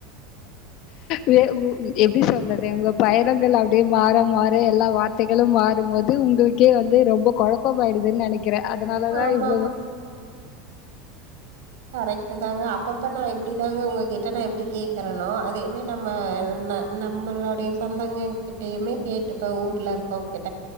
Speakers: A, on the left; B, on the right.
A: வே உ எப்டி சொல்றது உங்க பயணங்கள் அப்டியே மாற மாற எல்லா வார்த்தைகளும் மாறும்போது உங்குளுக்கே வந்து ரொம்ப கொழ ப்ப மாயிடுதுன் நெனைக்கிறே அதனாலதா
B: ஆமா,
A: இவ்வளவு
B: கரெக்ட் தாங்க அப்பப்ப நா இப்டி தாங்க உங்ககிட்ட நா எப்டி கேக்கறேனோ அதேமே நம்ம ந நம்மளுடைய சொந்தங்க கிட்டயுமே கேட்டுப்ப ஊர்ல இருக்கவங் கிட்ட